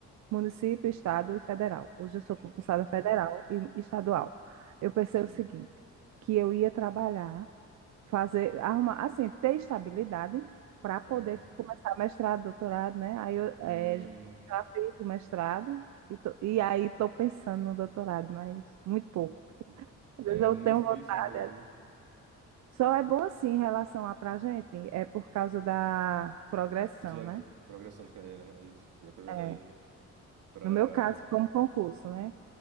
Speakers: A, on the right; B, on the right.
A: município, estado e federal. Hoje eu sou
B: Sim,
A: concursada
B: sim,
A: federal e estadual. Eu pensei
B: sim.
A: o seguinte, que eu ia trabalhar fazer, arrumar, assim, ter estabilidade para poder
B: Aham.
A: f- começar mestrado, doutorado, né? Aí eu eh,
B: Hum,
A: já fiz o mestrado e, tô- e aí estou pensando no doutorado, mas muito pouco.
B: sim.
A: Às
B: É
A: vezes eu
B: muito
A: tenho
B: difícil
A: vontade.
B: no Brasil.
A: é- Só é bom assim em relação a pra gente, é por causa da progressão,
B: Titularidade,
A: né?
B: progressão de carreira, né? É isso. Pior que é verdade.
A: É,
B: Pra,
A: no meu caso,
B: pra
A: como concurso, né?